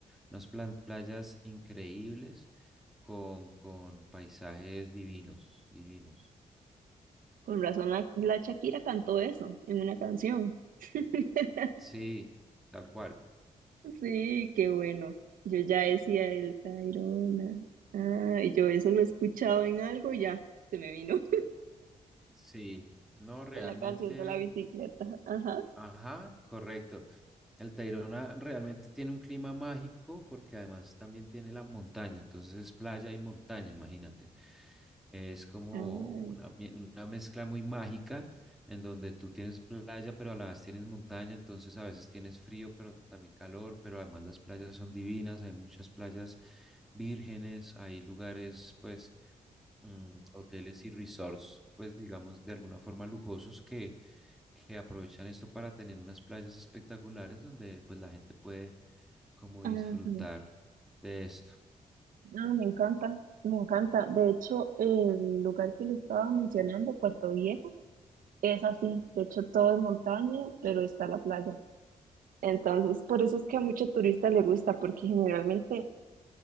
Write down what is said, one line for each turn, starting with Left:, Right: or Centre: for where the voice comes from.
Centre: unas plan- playas increíbles con, con paisajes divinos, divinos.
Right: Con razón la, la Shakira cantó eso en una canción. <laughs>
Centre: Sí, tal cual.
Right: Sí, qué bueno. Yo ya decía el Tayrona. Ah, y yo eso lo he escuchado en algo, y ya se me vino
Centre: Sí, no,
Right: <laughs>
Centre: realmente,
Right: en la canción de la bicicleta. Ajá.
Centre: ajá, correcto. El Tayrona realmente tiene un clima mágico porque además también tiene la montaña, entonces es playa y montaña, imagínate. Es como
Right: Ah,
Centre: una, mie- una mezcla muy mágica en donde tú tienes playa, pero a la vez tienes montaña, entonces a veces tienes frío, pero también calor, pero además las playas son divinas, hay muchas playas vírgenes, hay lugares, pues, mm, hoteles y resorts, pues digamos de alguna forma lujosos que que aprovechan esto para tener unas playas espectaculares donde pues la gente puede como
Right: ajá.
Centre: disfrutar de esto.
Right: Ah, me encanta, me encanta. De hecho, el lugar que le estaba mencionando, Puerto Viejo, es así. De hecho, todo es montaña, pero está la playa. Entonces, por eso es que a mucho turista le gusta, porque generalmente